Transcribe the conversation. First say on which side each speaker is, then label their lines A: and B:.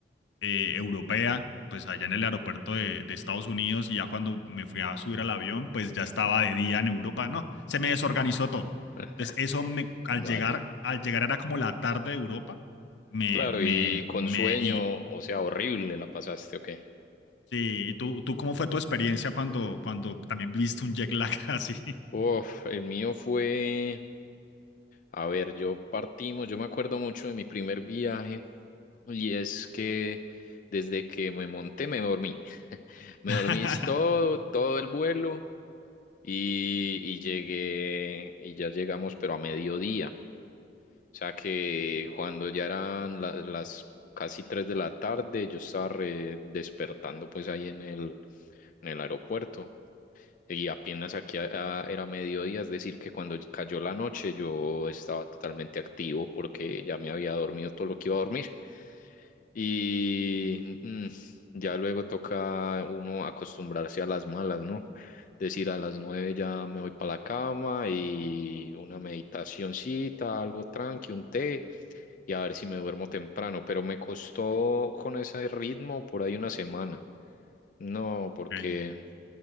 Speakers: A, on the left (about 80°); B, on the left (about 45°).
A: eh, europea, pues allá en el aeropuerto de, de Estados Unidos y ya cuando me fui a subir al avión, pues ya estaba de día en Europa, no, se me desorganizó todo.
B: <laughs>
A: Entonces eso me, al
B: Vale.
A: llegar, al llegar era como la tarde de Europa, me,
B: Claro,
A: me,
B: y con
A: me,
B: sueño,
A: y,
B: o sea, horrible la pasaste, ¿o qué?
A: sí, ¿y tú, tú cómo fue tu experiencia cuando, cuando también viste un jet lag <laughs> así?
B: Uf, el mío fue, a ver, yo partimos, yo me acuerdo mucho de mi primer viaje y es que desde que me monté me dormí, <laughs> me
A: <laughs>
B: dormí es todo, todo el vuelo y, y llegué, y ya llegamos, pero a mediodía, o sea que cuando ya eran la- las casi tres de la tarde, yo estaba re- despertando pues ahí en el, en el aeropuerto. Y apenas aquí a- a- era mediodía, es decir, que cuando cayó la noche yo estaba totalmente activo porque ya me había dormido todo lo que iba a dormir. Y mm, ya luego toca uno acostumbrarse a las malas, ¿no? Decir a las nueve ya me voy para la cama y una meditacioncita, algo tranqui, un té y a ver si me duermo temprano. Pero me costó con ese ritmo por ahí una semana. No, porque
A: Ok,